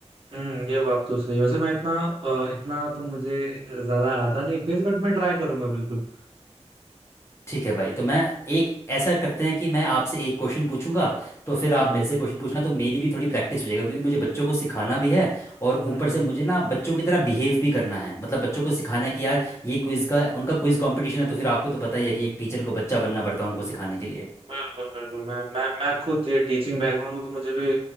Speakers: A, on the right (about 50°); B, on the left (about 25°).
A: हम्म ये बात तो सही है। वैसे मैं इतना अ, इतना तो मुझे ज्यादा आता नहीं क्विज बट मैं ट्राई करूंगा बिल्कुल
B: ठीक है भाई तो मैं एक ऐसा करते हैं कि मैं आपसे एक क्वेश्चन पूछूंगा तो फिर
A: हम्म
B: आप मेरे
A: हम्म
B: से क्वेश्चन पूछना तो मेरी भी थोड़ी प्रैक्टिस हो जाएगा क्योंकि मुझे बच्चों को सिखाना भी है और
A: हम्म
B: ऊपर
A: हम्म,
B: से मुझे ना बच्चों की तरह बिहेव भी करना है मतलब बच्चों को सिखाना है कि यार ये क्विज़ का उनका क्विज़ कंपटीशन है तो फिर आपको तो पता ही है कि एक टीचर को बच्चा बनना पड़ता है उनको सिखाने के लिए
A: बिल्कुल बिल्कुल मैं मैं मैं खुद ये टीचिंग बैकग्राउंड में तो मुझे भी